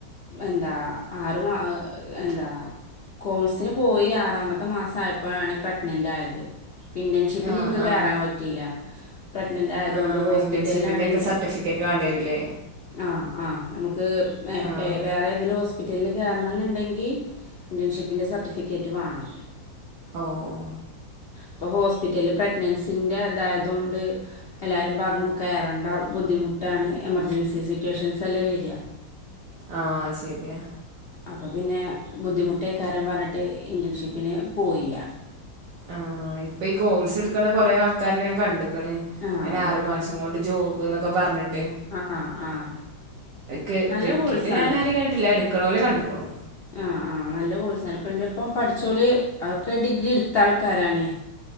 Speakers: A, on the left (about 70°); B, on the right (about 75°).
A: എന്താ ആറ് മാ ങ് എന്താ കോഴ്സിന് പോയി ആറാമത്തെ മാസം ആയപ്പോഴാണ് പ്രഗ്നന്റ് ആയത് ഇന്റേൺഷിപ്പിന്
B: ആ
A: ൻക്ക് കേറാൻ
B: ആ
A: പറ്റില്ല പ്രക്നന്റ് ആയതൊണ്ട്
B: ആ
A: ഹോസ്പിറ്റലിലാണ്
B: ഇന്റേൺഷിപ്പിന്റെ ഒക്കെ
A: ൻ്റെ
B: സർട്ടിഫിക്കറ്റ് വേണ്ടിവരൂല്ലേ
A: ആഹ് ആഹ് നമുക്ക് ങ്
B: ആ
A: വേറെതെങ്കിലും ഹോസ് പിറ്റല് കേറണന്ന്ണ്ടങ്കി ഇന്റേൺഷിപ്പിൻ്റെ സർട്ടിഫിക്കറ്റ് വേണം
B: ഓഹ്
A: ഇപ്പൊ ഹോസ്പിറ്റലില് പ്രഗ്ൻസിന്റെ ഇതായതൊണ്ട് എല്ലാരും പറഞ്ഞു കയറേണ്ട ബുദ്ധിമുട്ടാണ് എമർജൻസി സിറ്റുവേഷൻസല്ലെ വര്
B: ആഹ് ശരിയാ
A: അപ്പോ പിന്നെ ബുദ്ധിമുട്ടേക്കാരും പറഞ്ഞിട്ട് ഇന്റേൺഷിപ്പിന് പോയില്ല
B: ആഹ് ഇപ്പൊ ഈ കോഴ്സ് ഇട്ക്ക്ണ കൊറേ ആൾക്കാരെ ഞാൻ കണ്ട്ക്ക്‌ണ്
A: ആഹ്
B: ഇങ്ങനെ ആറു മാസം കൊണ്ട് ജോബ് ബ്ന്നൊക്കെ പറഞ്ഞിട്ട്
A: ആഹ് ആഹ്
B: ക്
A: നല്ല
B: കിട്ടിട്ട്
A: കോഴ്സാണ്
B: ഞാന് ആരിം കണ്ടിട്ടില്ല എടുക്ക്ണൊലെ കണ്ട്ക്കുണു
A: ആഹ് ആഹ് നല്ല കോഴ്സാണ് ഇപ്പഇന്റെ ഇപ്പം പഠിച്ചൊല് അത്ക്കെ ഡിഗ്രി ഇട്ത്ത ആൾക്കാരാണ്